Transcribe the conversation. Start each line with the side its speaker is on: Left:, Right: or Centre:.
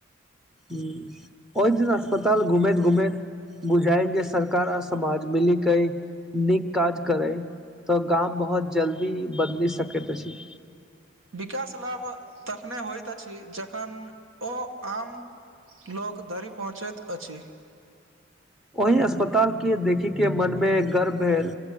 Centre: हं ओहि दिन अस्पताल घुमैत घुमैत बुझायन जे सरकार आ समाज मिली क नीक काज करय तऽ गाम बहुत जल्दी बदइल सकैत अछि
Right: विकास लाभ तखने होइत अइछ जखन ओ आम लोक धरि पहुँचैत अइछ
Centre: ओहि अस्पतालके देखयके मन में गर्व भेल